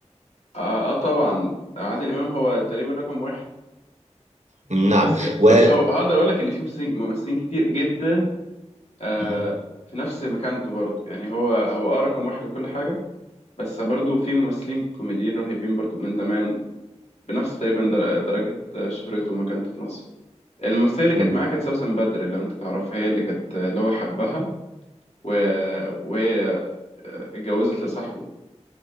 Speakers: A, on the left; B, on the right.
A: اه, آه طبعا عادل امام هو تقريبا رقم واحد
B: نعم
A: بس
B: وهل
A: بص هو هقدر اقول لك ان في ممثلين ممثلين كتير جدا آه،
B: مهم.
A: في نفس مكانته برضه يعني هو هو اه رقم واحد وكل حاجة بس برضه في ممثلين كوميديين رهيبين برضه من زمان بنفس تقريبا در- درجة شهرته ومكانته في مصر الممثلة اللي
B: مهم.
A: كانت معاه كانت سوسن بدر لو انت تعرفها هي اللي كانت اللي هو حبها و... وهي اتجوزت لصاحبه